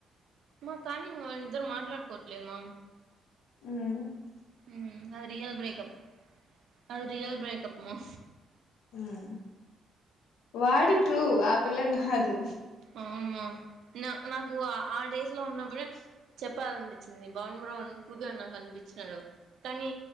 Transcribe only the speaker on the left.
మ్
మ్ వాడు ట్రూ ఆ పిల్ల కాదు